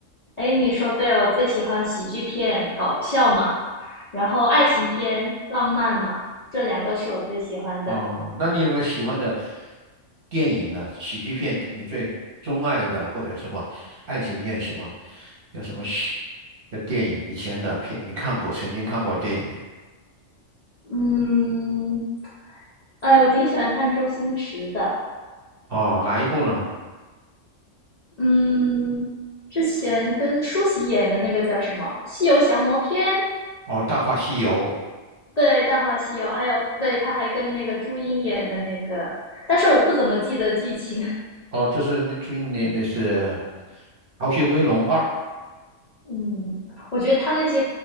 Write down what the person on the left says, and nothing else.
哎，你说对了，我最喜欢喜剧片，搞笑嘛，然后爱情片，浪漫嘛，这两个是我最喜欢的，
嗯，哎，我挺喜欢看周星驰的。
嗯，之前跟舒淇演的那个叫什么《西游降魔篇》？
对，《大话西游》，还有对，他还跟那个朱茵演的那个，但是我不怎么记得剧情。<laughs>
嗯，我觉得他那些